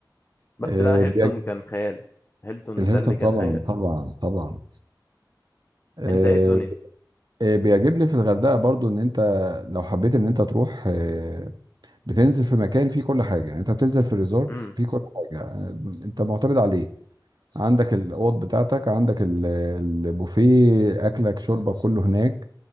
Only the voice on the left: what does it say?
بس
لا هيلتون
كان خيال هيلتون
ده اللي كان
خيال
انت ايه الدنيا
امم